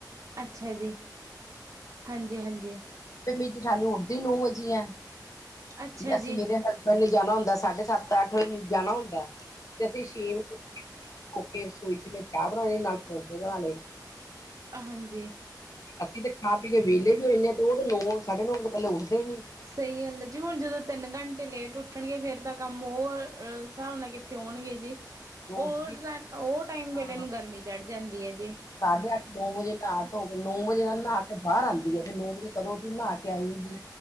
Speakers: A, on the right (about 45°); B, on the left (about 50°).
A: ਅੱਛਾ ਜੀ, ਹਾਂਜੀ-ਹਾਂਜੀ।
B: ਫਿਰ ਮੇਰੀ ਜੇਠਾਨੀ ਉੱਠਦੀ ਈ ਨੋ ਵਜੇ ਐ,
A: ਅੱਛਾ
B: ਅਸੀਂ
A: ਜੀ।
B: ਮੇਰੇ ਹਸ ਬੈਂਡ ਨੇ ਜਾਣਾ ਹੁੰਦਾ ਐ ਸਾਢੇ ਸੱਤ-ਅੱਠ ਵਜੇ ਜਾਣਾ ਹੁੰਦਾ ਤੇ ਅਸੀਂ ਛੇ ਵਜੇ ਉੱਠ ਕੇ ਹੋਕੇ ਰਸੋਈ 'ਚ ਮੈਂ ਚਾ ਬਣਾ ਲਈ ਨਾਲ ਪਰੌਠੇ ਬਣਾ ਲੇ।
A: ਹਾਂਜੀ।
B: ਅਸੀਂ ਤੇ ਖਾ ਪੀ ਕੇ ਵੇਲੇ ਵੀ ਹੋ ਜਾਨੇ ਆਂ ਤੇ ਓ ਤਾਂ ਨੋ ਸਾਢੇ ਨੋ ਵਜੇ ਤੋਂ ਪੈਲੇ ਉਠਦੇ ਨੀ।
A: ਸਈ ਗੱਲ ਐ ਜੀ ਹੁਣ ਜਦੋਂ ਤਿੰਨ ਘੰਟੇ ਲੇਟ ਉੱਠਣਗੇ ਫੇਰ ਤਾਂ ਕੰਮ ਓ ਹਿਸਾਬ ਨਾਲ ਕੀ ਤੇ ਆਉਣਗੇ ਜੀ,
B: ਉਹ
A: ਓ
B: ਉੱਠਦੀ
A: <unintelligible> ਓ ਟਾਈਮ ਵੇਲੇ
B: ਹਾਂ
A: ਏਨੂੰ ਗਰਮੀ ਚੜ੍ਹ ਜਾਂਦੀ ਏ ਜੀ।
B: ਸਾਢੇ ਅੱਠ ਨੋ ਵਜੇ ਨਹਾ ਧੋ ਕੇ ਨੋ ਵਜੇ ਨਹਾ ਕੇ ਬਾਰ ਆਂਦੀ ਏ ਫਿਰ ਨੋ ਵਜੇ ਕਦੋਂ ਤੂੰ ਨਹਾ ਕੇ ਆਏਂਗੀ।